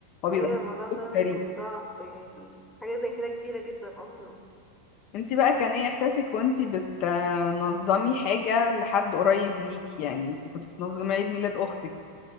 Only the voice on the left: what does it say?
هو بيبقى
مجهود
فريق
انتي بقى كان ايه احساسك وانتي بتنظمي حاجة لحد قريب ليكي يعني انتي كنت بتنظمي عيد ميلاد اختك